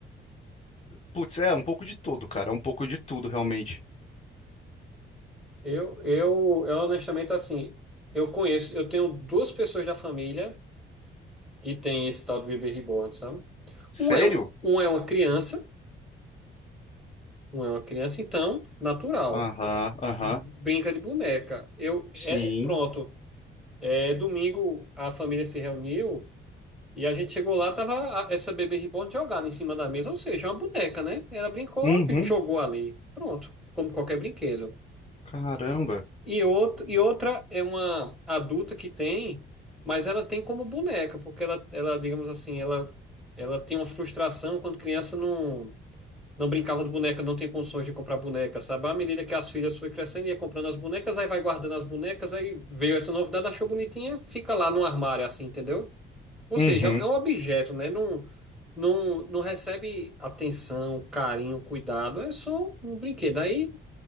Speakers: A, on the left; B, in the centre.
A: Putz, é um pouco de tudo, cara. É um pouco de tudo, realmente.
B: Eu, eu, eu honestamente, assim, eu conheço, eu tenho duas pessoas da família que tem esse tal de bebê reborn, sabe?
A: Sério?
B: Um é, um é uma criança, um é uma criança, então, natural.
A: Aham, aham.
B: Brinca de boneca. Eu,
A: Sim.
B: é, pronto. É, domingo a família se reuniu. E a gente chegou lá, tava a- essa bebê reborn jogada em cima da mesa, ou seja, uma boneca, né? Ela brincou
A: Uhum.
B: e jogou ali. Pronto, como qualquer brinquedo.
A: Caramba.
B: E, outro e outra é uma adulta que tem, mas ela tem como boneca, porque ela, ela digamos assim, ela, ela tem uma frustração quando criança não, não brincava de boneca, não tinha condições de comprar boneca, sabe? À medida que as filhas foi crescendo, ia comprando as bonecas, aí vai guardando as bonecas, aí veio essa novidade, achou bonitinha, fica lá no armário, assim, entendeu? Ou
A: Uhum.
B: seja, é um é um objeto, né? Não, não, não recebe atenção, carinho, cuidado. É só um brinquedo. Aí